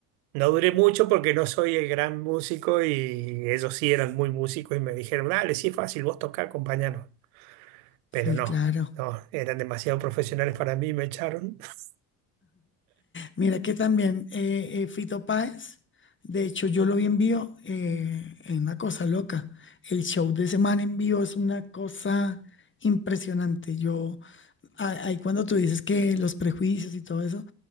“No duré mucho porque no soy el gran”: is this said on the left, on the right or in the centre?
Right